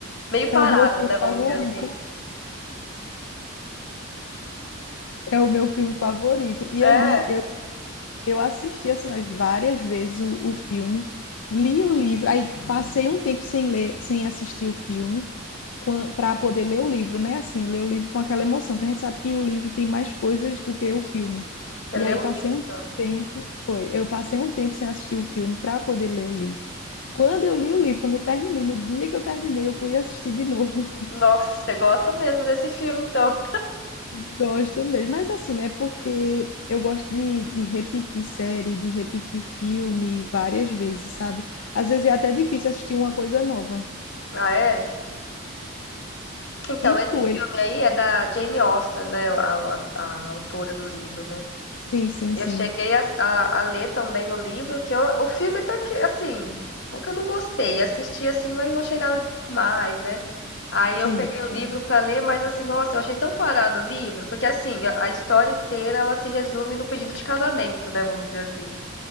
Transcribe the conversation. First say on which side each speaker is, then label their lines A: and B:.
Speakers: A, on the left; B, on the left.
A: meio
B: é
A: parado,
B: o meu filme
A: né, vamos
B: favorito.
A: dizer assim.
B: É o meu filme favorito. E
A: É,
B: eu li, eu assisti assim umas várias vezes o, o filme, li o livro, aí passei um tempo sem ler, sem assistir o filme, para poder ler o livro, né? Assim, ler o livro com aquela emoção, que a gente sabe que o livro tem mais coisas do que o filme.
A: você
B: E
A: leu
B: aí
A: o
B: passei
A: livro,
B: um
A: então.
B: tempo, foi, eu passei um tempo sem assistir o filme para poder ler o livro. Quando eu li o livro, quando eu terminei, no dia que eu terminei, eu fui assistir de novo
A: Nossa, você gosta mesmo desse filme, então.
B: Gosto mesmo, mas assim, né? Porque eu gosto de, de repetir série, de repetir filme várias vezes, sabe? Às vezes é até difícil assistir uma coisa nova.
A: Ah, é? Então,
B: E
A: esse
B: tu,
A: filme
B: ele...
A: aí é da Jane Austen, né? A, a- a autora do livro, né?
B: Sim, sim,
A: Eu
B: sim,
A: cheguei a, a- a ler também o livro, que eu, o filme até que, assim, não que eu não gostei. Assisti assim, mas não achei nada demais, né? Aí
B: sim.
A: eu peguei o Sim. livro pra ler, mas assim, nossa, eu achei tão parado o livro, porque assim, a, a história inteira ela se resume no pedido de casamento, né? Vamos dizer assim.